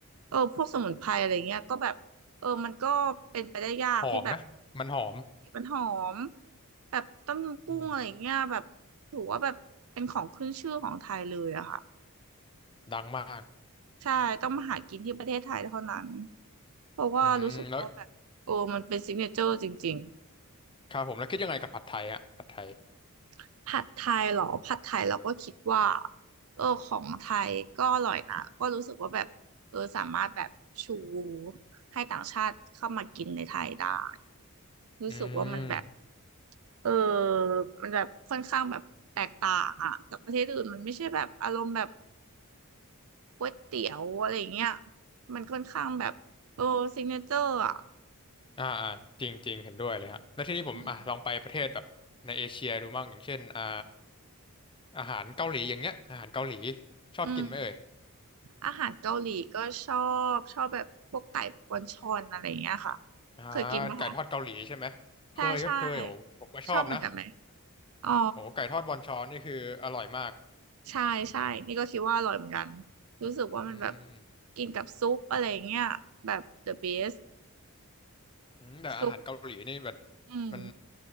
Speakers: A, on the right (about 70°); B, on the left (about 25°).
A: เออพวกสมุนไพรอะไรเงี้ยก็แบบ เออมันก็เป็นไปได้ยากที่แบบ
B: หอมนะมันหอม
A: มันหอมแบบต้มยำกุ้งอะไรอย่างเงี้ยแบบถือว่าแบบเป็นของขึ้นชื่อของไทยเลยอะค่ะ
B: อืมดังมาก
A: ใช่ต้องมาหากินที่ประเทศไทยเท่านั้นเพราะว่ารู้สึกว่าแบบโอ้มันเป็นซิกเนเจอร์จริง
B: อืมแล้วครับผมแล้วคิดยังไงกับผัดไทยอ่ะผัดไทย
A: ๆผัดไทยเหรอผัดไทยเราก็คิดว่าเออของไทยก็อร่อยนะก็รู้สึกว่าแบบเออสามารถแบบชูให้ต่างชาติเข้ามากินในไทยได้รู้สึกว่ามันแบบ
B: อืม
A: เออมันแบบค่อนข้างแบบแตกต่างอ่ะกับประเทศอื่นมันไม่ใช่แบบอารมณ์แบบก๋วยเตี๋ยวอะไรอย่างเงี้ยมันค่อนข้างแบบโอ้ซิกเนเจอร์อ่ะ
B: อ่าอ่าจริงจริงเห็นด้วยเลยฮะแล้วทีนี้ผมอ่ะลองไปประเทศแบบในเอเชียดูบ้างอย่างเช่นอ่า
A: อืม
B: อาหารเกาหลีอย่างเงี้ยอาหารเกาหลีชอบกินไหมเอ่ย
A: อืมอาหารเกาหลีก็ชอบชอบแบบพวกไก่ปอนชอนอะไรอย่างเงี้ยค่ะ
B: อ่า
A: เคยกินไหมคะ
B: ไก่ทอดเกาหลีใช่ไหมเคยครับเคยโอ้ผมก็ชอบนะ
A: ใช่ใช่ชอบเหมือนกันไหมอ๋อ
B: โอ้ไก่ทอดบอนชอนนี่คืออร่อยมาก
A: ใช่ใช่นี่ก็คิดว่าอร่อยเหมือนกันรู้สึกว่ามันแบบ
B: อืม
A: กินกับซุปอะไรอย่างเงี้ยแบบ the best
B: อืมแต่อาหารเกาหลีนี่แบบ
A: ซุปอืม
B: มัน